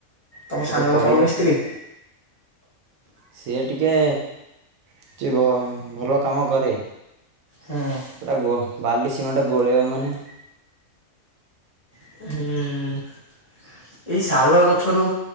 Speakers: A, on the left (about 30°); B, on the right (about 80°).
A: ତମ
B: ସେଟା
A: ସାଙ୍ଗ
B: କରିବା
A: କଣ ମିସ୍ତ୍ରୀ?
B: ସିଏ ଟିକେ କିଛି ଭଲ କାମ କରେ।
A: ହୁଁ।
B: ସେଟା ଗୋ ବାଲି ସିମେଣ୍ଟ ଗୋଳେଇବ ମାନେ।
A: ହୁଁ। ଏଇ ଶାଳୁଆ ଗଛରୁ